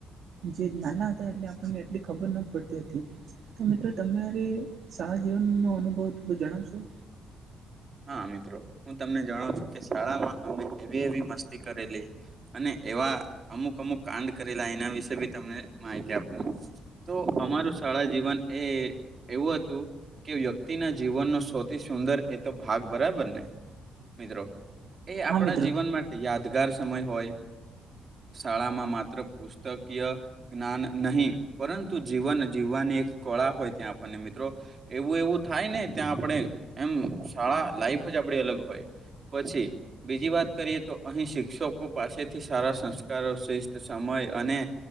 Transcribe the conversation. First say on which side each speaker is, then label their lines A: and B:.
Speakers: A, on the right (about 65°); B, on the right (about 40°).
A: જે નાના હતા એટલે આપણને એટલી ખબર ના પડતી હતી તો મિત્રો તમારે શાળા જીવનનો અનુભવ થોડો જણાવશો
B: હા મિત્રો હું તમને જણાવ છું કે શાળામાં અમે એવી એવી મસ્તી કરેલી અને એવા અમુક અમુક કાંડ કરેલા એના વિશે બી તમને માહિતી આપો તો અમારું શાળા જીવન એ એવું હતું કે વ્યક્તિ વ્યક્તિ ના જીવનનો સૌથી સુંદર એ તો ભાગ બરાબર ને મિત્રો એ
A: હા
B: આપણા
A: મિત્ર
B: જીવન માટે યાદગાર સમય હોય શાળામાં માત્ર પુસ્તકીય જ્ઞાન નહીં પરંતુ જીવન જીવવાની એક કળા હોય ત્યાં આપણને મિત્રો એવું એવું થાય ને ત્યાં આપણે એમ શાળા લાઈફ જ આપડી અલગ હોય પછી બીજી વાત કરીએ તો અહીં શિક્ષકો પાસેથી સારા સંસ્કારો શિષત સમય અને